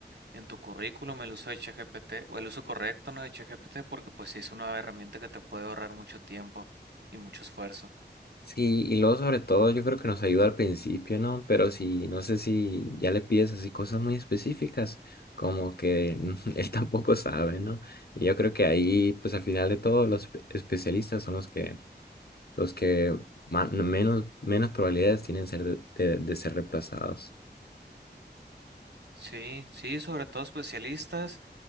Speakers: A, on the right (about 75°); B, on the left (about 60°).
A: en tu currículum el uso de ChatGPT o el uso correcto, ¿no? de ChatGPT porque pues sí es una herramienta que te puede ahorrar mucho tiempo y mucho esfuerzo.
B: Sí, y luego sobre todo yo creo que nos ayuda al principio, ¿no? Pero si, no sé si ya le pides así cosas muy específicas, como que <laughs> él tampoco sabe, ¿no? Y yo creo que ahí, pues al final de todo, los espe- especialistas son los que los que ma- no, menos, menos probabilidades tienen ser de, de- de ser reemplazados.
A: Sí, sí, sobre todo especialistas